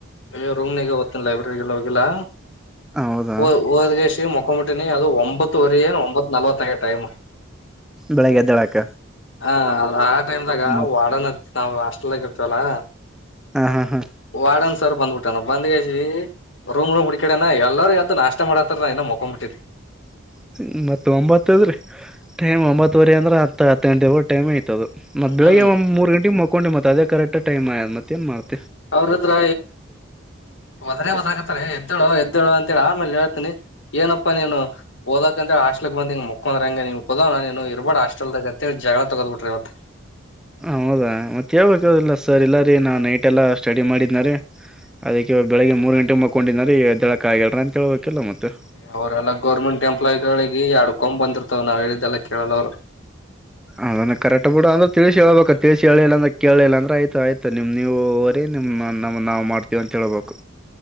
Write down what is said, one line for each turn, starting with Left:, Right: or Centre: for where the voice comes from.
Left: ಈಗ ರೂಮ್ನಿಗೆಓತ್ತಿನ ಲೈಬ್ರಲ್ಲಿ ಹೋಗಿಲ್ಲಾ
Centre: ಹೌದಾ
Left: ಹ ಹದಗೇಶ ಮುಖಮಟ್ಟ ನೀ ಅದು ಒಂಬತ್ತುವರೆ ಏನು ಒಂಬತ್ತು ನಲ್ವತ್ತಂಗ ಟೈಮ್
Centre: ಬೆಳಗ್ಗೆ ಎದ್ದೇಳಾಕ
Left: ಹ ಅದ ಆ ಟೈಮ್ದಾಗ
Centre: ಮತ್
Left: ವಡೋನ್ ನಾವು ಅಸ್ಟಲ್ದಾಗ ಇರ್ತವಲ್ಲ
Centre: ಹಾ ಹಾ ಹಾ
Left: ವಾಡನ್ ಸರ್ ಬಂದ್ಬಿಟ್ಟಾನ ಬಂದ್ಗಸಿ ರೂಮ್ ರೂಮ್ ಹಿಡ್ಕಡನ ಎಲ್ಲಾರೂ ಯದ್ದು ನಾಷ್ಟ ಮಾಡತಾರ ಇ ಮೊಕೊಬಿಟ್ಟಿದ್ದೀನಿ
Centre: <unintelligible> ಮತ್ತ ಒಂಬತ್ತ ಅದ್ರೆ ಟೈಮ್ ಒಂಬತ್ತುವರೆ ಅಂದ್ರ ಹತ್ತ ಹತ್ತು ಗಂಟೆವಳ ಟೈಮ್ ಇಐತದು ಮತ್ತ ಬೆಳಿಗ್
Left: ಹ್ಮ್
Centre: ಒಂದ ಮೂ ಗಂಗೆ ಮಕೊಂಡಿ ಮತ್ತ ಅದೇ ಕರೆಕ್ಟ್ಮ್ ಆಯ ಮತ್ತ್ ಏನ್ ಮಾಡ್ತಾರೆ
Left: ಅವ್ರದ್ರ ಮದ್ರ ಮದ್ ಹತಾರ ಎು <unintelligible> ಎದ್ದಳು ಅಂತ ಹೇಳಿ ಆಮೇಲೆ ಹೇಳ್ತಿನನಿ ಏನಪ್ಪಾ ನೀನು ಓದಕ್ ಅಂತ ಹೇಳಿ ಹಾಸ್ಟ್ಲಿಕ್ ಬಂದಿಂಗ ಮುಕ್ಕೊಂಡಂದ್ಂಗ ನೀ ಹೋದ್ ನ ಏನು ಇರ್ಬಾ ಹ ಆಸ್ಟೆಲ್ದ ಜತೆ ಜಗಳ ತಗದ್ ಬಿಟ್ರಿ ಇವತ್
Centre: ಹೌದಾ ಮತ್ತೆ ಯಾವಬೇಕಿಲ್ಲ ಸರ್ ಎಲ್ಲಾರಿ ನಾ ನೈಟ್ ಎಲ್ಲ ಸ್ಟಡಿ ಮಾಡಿದನಾರೀ ಅದಕ್ಕೆ ಬೆಳಗ್ಗೆ ಮೂರು ಗಂಟೆಗೆ ಮಕ್ಕೊಂಡನೀ ಹೆಬ್ಬಾಳಕ್ಕೆ ಆಗಲ್ಲರ ಅಂತೇಳ್ಬೇಕಲ್ಲ ಮತ್ತು
Left: ಅವರೆಲ್ಲಾ ಗೋರ್ಮೆಂಟ್ ಎಂಪ್ಲಾಯಿಗಳಿಗೆ ಆಡ್ಕೊಂಡ್ ಬಂದಿರ್ತವ ನಾವ್ ಹೇಳಿದ್ದೆಲ್ಲ ಕೇಳಲ್ಲ ಅವ್ರು
Centre: ಅದನ್ನ ಕರೆಕ್ಟ್ ಬಿಡ ಅಂದ್ರೆ ತಿಳಿಸಿ ಹೇಳೇಳ್ಬೇಕಾ ತಿಳಿಸಿ ಹೇಳಿಲ್ಲ ಅ್ರ ಕೇಳಲಿಲ್ಲ ಅಂದ್ರ ಆಯತ ಆಯ್ತು ನಿಮ್ ನೀವು ನಿಮ್ಮ ನಮ್ಮ ನಾವು ಮಾಡ್ತೀವಿ ಅಂತ ಹೇಳೇಳ್ಬೇಕು